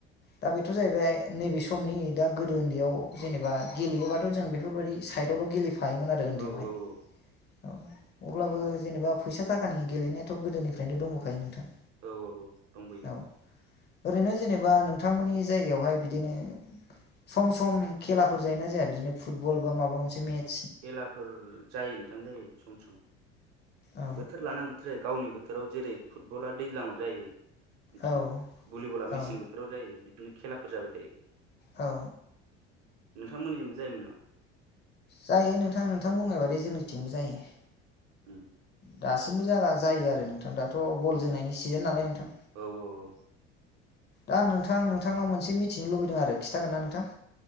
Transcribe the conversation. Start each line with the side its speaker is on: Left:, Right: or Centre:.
Left: दा बेथ' जाहैबाय नैबे समनि दा गोदो उन्दैयाव जेनेबा गेलेयोबाथ' जों बेफोरबायदि साइडआवल' गेलेफायो थायोमोन आरो उन्दैयावहाय
Right: औ औ औ
Left: औ अब्लाबो जेनेबा फैसा थाखानि गेलेनायाथ' गोदोनिफ्रायनो दंबोखायो नोंथां
Right: औ औ औ दंबोयो
Left: औ ओरैनो जेनेबा नोंथांमोननि जायगायावहाय बिदिनो सम सम खेलाफोर जायोना जाया बिदिनो फुटबल बा माबा मोनसे मेट
Right: खेलाफोर जायो नोंथां जायो सम सम
Left: औ
Right: बोथोर लानानै बोथोर जायो। गावनि बोथोराव जेरै फुटबला दैज्लाङाव जायो बिदिनो
Left: औ
Right: भलिबला मेसें
Left: औ
Right: बोथोराव जायो बिदिनो खेलाफोर जाबाय थायो
Left: औ
Right: नोंथांमोननिजोंबो जायोमोन नामा?
Left: जायो नोंथां नोंथां बुंनाय बादै जोंनि टिमबो जायो
Right: उ
Left: दासिमबो जा जायो आरो नोंथां दाथ' बल जोनायनि सिजोन नालाय नोंथां
Right: औ औ
Left: दा आं नोंथां नोंथांनाव मोनसे मि खिथिनो लुबैदों आरो खिन्थागोन ना नोंथां?